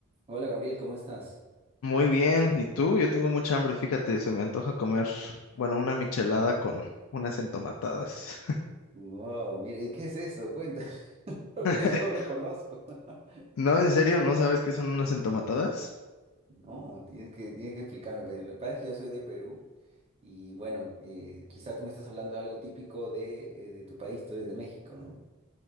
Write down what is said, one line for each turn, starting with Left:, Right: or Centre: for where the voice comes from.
Right: Hola Gabriel, ¿cómo estás?
Left: Muy bien, ¿y tú? Yo tengo mucha hambre, fíjate, se me antoja comer, bueno, una michelada con unas entomatadas.
Right: Wow, mira, ¿y qué es eso? Cuenta, <laughs> porque
Left: <laughs>
Right: no lo reconozco. <laughs>
Left: No, en serio, ¿no sabes qué son unas entomatadas?
Right: No, tienes que, tienes que explicarme. pero Lo que pasa es que yo soy de Perú y bueno, eh, quizá tú me estás hablando de algo típico de, eh, de tu país, tú eres de México, ¿no?